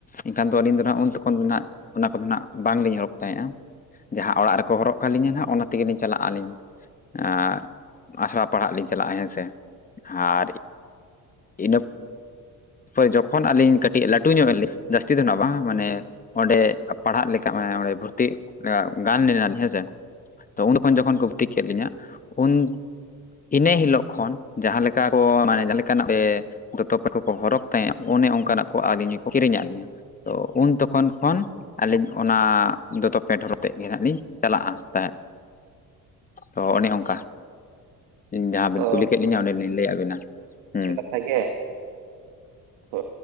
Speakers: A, on the left (about 20°); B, on the right (about 65°).
A: ᱮᱱᱠᱷᱟᱱ ᱫᱚ ᱟᱹᱞᱤᱧ ᱫᱚ ᱦᱟᱸᱜ ᱩᱱ ᱛᱚᱠᱷᱚᱱ ᱫᱚ ᱱᱟᱦᱟᱜ ᱚᱱᱟ ᱠᱚᱫᱚ ᱱᱟᱦᱟᱜ ᱵᱟᱝ ᱞᱤᱧ ᱦᱚᱨᱚᱜ ᱛᱟᱦᱮᱸᱫᱼᱟ, ᱡᱟᱦᱟᱸ ᱚᱲᱟᱜ ᱨᱮᱠᱚ ᱦᱚᱨᱚᱜ ᱚᱠᱟ ᱞᱤᱧᱟ ᱱᱟᱦᱟᱜ ᱚᱱᱟ ᱛᱮᱜᱮᱞᱤᱧ ᱪᱟᱞᱟᱜᱼᱟ ᱟᱹᱞᱤᱧ᱾ ᱟᱸᱻ, ᱟᱥᱲᱟ ᱯᱟᱲᱦᱟᱜ ᱞᱤᱧ ᱪᱟᱞᱟᱜᱼᱟ ᱦᱮᱸ ᱥᱮ ᱟᱨ ᱤᱱᱟᱹ ᱯᱚᱨᱮ ᱡᱚᱠᱷᱚᱱ ᱟᱹᱞᱤᱧ ᱠᱟᱹᱴᱤᱡᱽ ᱞᱟᱹᱴᱩ ᱧᱚᱜ ᱮᱱᱟ ᱞᱤᱧ ᱡᱟᱹᱥᱛᱤ ᱫᱚ ᱱᱟᱦᱟᱜ ᱵᱟᱝ ᱢᱟᱱᱮ ᱚᱸᱰᱮ ᱯᱟᱲᱦᱟᱜ ᱞᱮᱠᱟ ᱢᱟᱱᱮ ᱚᱸᱰᱮ ᱵᱷᱩᱨᱛᱤᱜ ᱜᱟᱱ ᱞᱮᱱᱟ ᱞᱤᱧ ᱦᱮᱸ ᱥᱮ᱾ ᱛᱚ ᱩᱱ <inaudible> ᱛᱚᱠᱷᱚᱱ ᱡᱚᱠᱷᱚᱱ ᱠᱚ ᱵᱷᱚᱨᱛᱤ ᱠᱮᱫ ᱞᱤᱧᱟᱹ ᱩᱱ ᱤᱱᱟᱹ ᱦᱤᱞᱳᱜ ᱠᱷᱚᱱ ᱡᱟᱦᱟᱸ ᱞᱮᱠᱟ ᱠᱚ ᱢᱟᱱᱮ ᱡᱟᱦᱟᱸ ᱞᱮᱠᱟᱱᱟᱜ ᱜᱮ ᱫᱚᱛᱚ‌ <inaudible> ᱠᱚ ᱦᱚᱨᱚᱜᱽ ᱛᱟᱦᱮᱸᱜ-ᱟ, ᱚᱱᱮ ᱚᱝᱠᱟᱱᱟᱜ ᱠᱚ ᱟᱹᱞᱤᱧ ᱦᱚᱸ ᱠᱚ ᱠᱤᱨᱤᱧ ᱟᱫ ᱞᱤᱧᱟ, ᱛᱚ ᱩᱱ ᱛᱚᱠᱷᱚᱱ ᱠᱷᱚᱱ ᱟᱹᱞᱤᱧ ᱚᱱᱟ ᱫᱚᱛᱚ ᱯᱮᱱᱴ ᱦᱚᱨᱚᱜ ᱟᱛᱮᱜ ᱜᱮ ᱦᱟᱸᱜ ᱞᱤᱧ ᱪᱟᱞᱟᱜᱼᱟ ᱛᱟᱦᱮᱸᱫ᱾ ᱛᱚ ᱚᱱᱮ ᱚᱝᱠᱟ᱾ ᱡᱟᱦᱟᱸ ᱵᱤᱱ
B: ᱚ
A: ᱠᱩᱞᱤ ᱠᱮᱫ ᱞᱤᱧᱟᱹ ᱚᱱ ᱞᱤᱧ ᱞᱟᱹᱭᱟᱫ ᱵᱤᱱᱟ ᱦᱩᱸ᱾
B: ᱛᱮᱜᱮ, ᱛᱚᱻ